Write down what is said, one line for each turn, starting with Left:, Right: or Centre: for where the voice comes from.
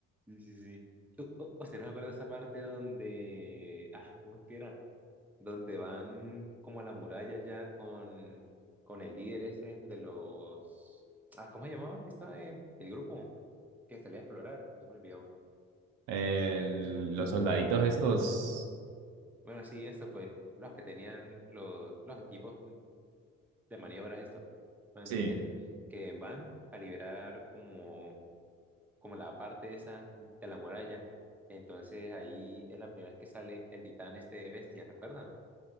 Centre: Sí, sí, sí. U- u- ¿Usted no se acuerda de esa parte donde... Ah, ¿cómo es que era? donde van como a la muralla ya con, con el líder ese de los... Ah, ¿cómo se llamaba? Esta, eh, el grupo que salía a explorar, ya me olvidó.
Right: El- los soldaditos estos.
Centre: Bueno, sí, eso fue. Los que tenían los, los equipos de maniobras estos. Entonces,
Right: Sí.
Centre: que van a liberar como, como la parte esa de la muralla. Entonces ahí es la primera vez que sale el titán este bestia, ¿se acuerdan?